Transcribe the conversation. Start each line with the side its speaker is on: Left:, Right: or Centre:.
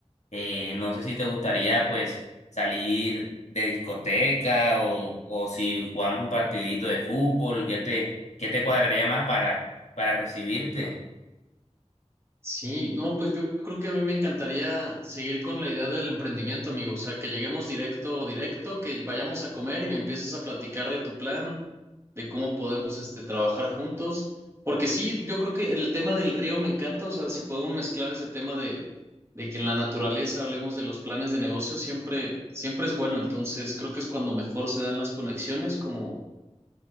Left: eh, no sé si te gustaría pues salir de discoteca o, o si jugamos un partidito de fútbol, ¿qué te, qué te cuadraría más para, para recibirte?
Right: Sí, no, pues yo creo que a mí me encantaría seguir con la idea del emprendimiento, amigo. O sea, que lleguemos directo, directo, que vayamos a comer y me empieces a platicar de tu plan, de cómo podemos, este, trabajar juntos. Porque sí, yo creo que el tema del río me encanta. O sea, si podemos mezclar ese tema de, de que en la naturaleza hablemos de los planes de negocio, siempre, siempre es bueno. Entonces, creo que es cuando mejor se dan las conexiones, como